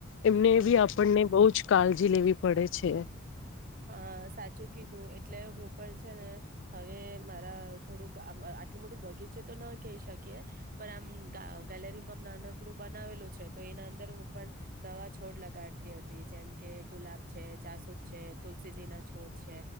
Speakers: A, on the left (about 60°); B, on the right (about 40°).
A: એમને
B: હમ
A: બી આપણને બહ જ કાળજી લેવી પડે છે,
B: હા, સાચું કીધું એટલે હું પણ છે ને હવે મારા થોડુંક આટલું મોટું બગીચે તો ન કહી શકીએ, પણ આમ ગેલેરીમાં નાનકડું બનાવેલું છે, તો એના અંદર હું પણ નવા છોડ લગાડતી હતી જેમ કે ગુલાબ છે, જાસુદ છેલ છોડ છે